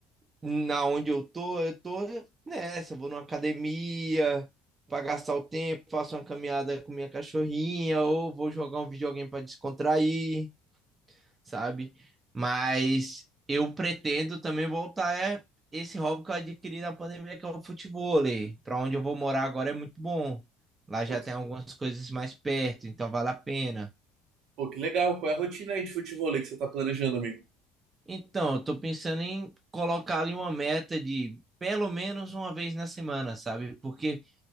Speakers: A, on the right; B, on the right.
A: Na onde eu tô, eu tô nessa, vou numa academia para gastar o tempo, faço uma caminhada com minha cachorrinha, ou vou jogar um videogame para descontrair, sabe? Mas eu pretendo também voltar é, esse hobby que eu adquiri na pandemia, que é o futevôlei. Para onde eu vou morar agora é muito bom. Lá
B: Pô,
A: já
B: que
A: tem algumas coisas mais perto, então vale a pena.
B: pô, que legal. Qual é a rotina aí de futevôlei que você tá planejando, amigo?
A: Então, eu tô pensando em colocar ali uma meta de pelo menos uma vez na semana, sabe? Porque